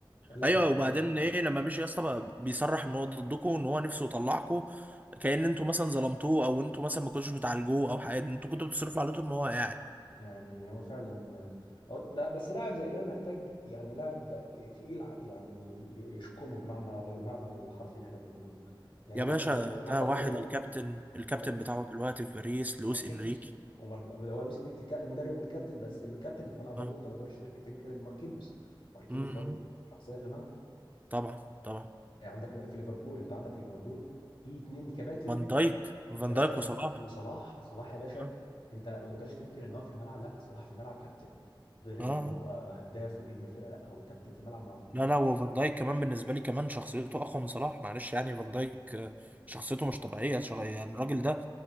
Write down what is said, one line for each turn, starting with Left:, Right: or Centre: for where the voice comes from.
Left: قال لك
Right: ايوه
Left: انا مش
Right: وبعدين
Left: قادر
Right: ايه لما مشي يا اسطى بقى بيصرح ان هو ضدكم ان هو نفسه يطلعكم كأن انتوا مثلا ظلمتوه او انتوا مثلا ما كنتوش بتعالجوه او حاجه انتوا كنتوا بتصرفوا عليه طول ما هو قاعد
Left: يعني هو فعلا آه، أو ده بس لاعب زي ده محتاج يعني لاعب تقيل ع- يعني ي- يشكمه بمعنى بالمعنى الحرفي اللي احنا بنقوله يعني
Right: يا
Left: انت
Right: باشا
Left: عندك برضه
Right: ده
Left: عندك
Right: واحد
Left: برضه
Right: الكابتن الكابتن
Left: عندك
Right: بتاعه دلوقتي في باريس لويس
Left: ماركينيوس
Right: انريكي
Left: ومارك... هو لويس انريكي الكا- المدرب والكابتن بس الكابتن اللي في الملعب برضه
Right: اه
Left: انت ما تقدرش ترك- تنكر إن ماركينيوس ماركينيوس
Right: امم
Left: برضه شخصيه في الملعب
Right: طبعا طبعا
Left: يعني عندك في ليفربول انت عندك في ليفربول في اتنين كباتن
Right: فان دايك فان
Left: يا باشا
Right: دايك وصلاح
Left: وصلاح صلاح يا باشا
Right: اه
Left: انت ما تقدرش تنكر ان هو في الملعب لا صلاح في الملعب كابتن غير ان
Right: اه
Left: هو هداف ونجم الفرقه لا هو كابتن في الملعب مع فان دايك
Right: لا لا وفان دايك كمان بالنسبه لي كمان شخصيته اقوى من صلاح معلش يعني فان دايك آه، شخصيته مش طبيعيه شغ... يعني الراجل ده